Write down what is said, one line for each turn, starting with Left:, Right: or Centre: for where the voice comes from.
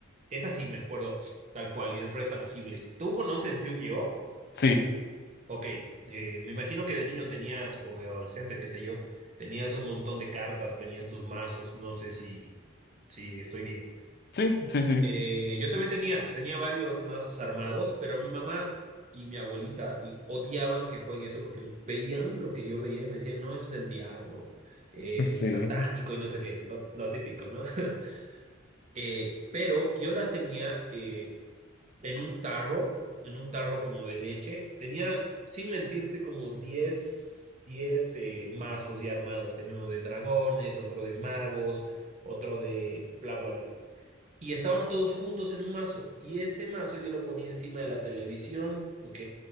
Right: esta sí me acuerdo, tal cual, y es re tangible. ¿Tú conoces Yu-Gi-Oh?
Left: Sí,
Right: Ok, eh, me imagino que de niño tenías, o de adolescente, qué sé yo, tenías un montón de cartas, tenías tus mazos, no sé si, si estoy bien.
Left: sí, sí, sí.
Right: Eh, yo también tenía, tenía varios mazos armados, pero a mi mamá y mi abuelita l- odiaban que juegue eso porque veían lo que yo veía y me decían, no, eso es el diablo, eh,
Left: Sí.
Right: es satánico y no sé qué, lo, lo típico, ¿no? <laughs> Eh, pero yo las tenía, eh, en un tarro, en un tarro como de leche. Tenía, sin mentirte, como diez diez eh, mazos ya armados. Tenía uno de dragones, otro de magos, otro de bla, bla, bla y estaban todos juntos en un mazo. Y ese mazo yo lo ponía encima de la televisión, ¿ok?